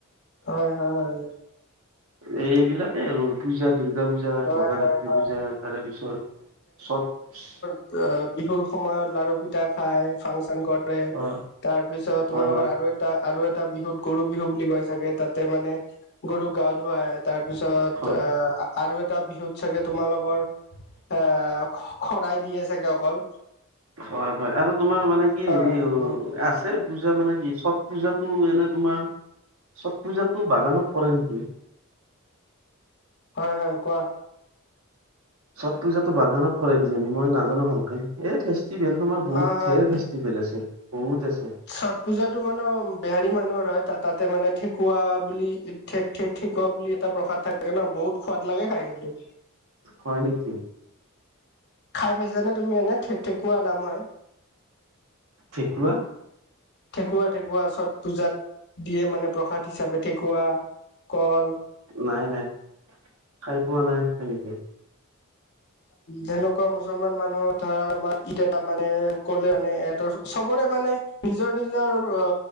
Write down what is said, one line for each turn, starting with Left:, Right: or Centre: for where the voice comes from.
Left: হয় হয়।
Right: এইবিলাকে আৰু পূজা দূৰ্গ- দুূৰ্গা পূজা
Left: হয়,
Right: লগা
Left: হয়, হয়,
Right: ৰাত্ৰি
Left: হয়।
Right: পূজা তাৰে পিছত, চতচ্-
Left: য়া বিহুৰ সময়ত লাৰু পিঠ- তা খাই ফাংচন কৰে,
Right: হয়,
Left: তাৰ পিছত তোমালোকৰ
Right: হয়, হয়,
Left: আৰু এট- টা আৰু এটা বিহুত গৰু বিহু বুলি কয় চাগে, তাতে মানে গৰুক গা-ধুৱাই। তাৰপিছত,
Right: হয়।
Left: আ আৰু এটা বিহুত চাগে তোমালোকৰ- এ, শ-শৰাই দিয়ে চাগে অকল।
Right: হয় হয়, আৰু তোমাৰ মানে কি
Left: হয়,
Right: হেৰি ও
Left: হয়,
Right: আচ- তে পূজা মানে কি চট্ পূজাটো এনেই তোমাৰ, চট্ পূজাতটো বাগানত কৰে নেকি?
Left: হয় হয়, কোৱা।
Right: ছট পূজাটো বাগানত কৰে কিজানি? মই নাজানো ভালকে। এই ফেষ্টিভেল তোমাৰ বহুত
Left: হয়, হয়।
Right: ঢেৰ ফেষ্টিভেল আছে, বহুত আছে।
Left: ছট পূজাতটো মা'ন বেহাৰী মানুহৰ হয়, তাত তাতে মানে ঠেকুৱা বুলি- ঠেক ঠেক খেকুৱা বুলি এটা প্ৰসাদ থাকে ন, বহুত সোৱাদ লাগে খাই কিন্তু।
Right: হয় নিকি?
Left: খাই পাইছানে তুমি এনে? ঠে-ঠেকুৱা নাম হয়
Right: ঠেকুৱা?
Left: ঠেকুৱা-ঠেকুৱা চত পূজাত, দিয়ে মানে প্ৰসাদ হিচাপে ঠেকুৱা কল
Right: নাই-নাই, খাই পোৱা নাই তেনেকে
Left: তেনেকুৱা মুছলমান মানুহৰ ধৰা আমাৰ ঈদ এটা মানে অকলে মানে এৰ চবৰে মানে নিজৰ-নিজৰ অ্য,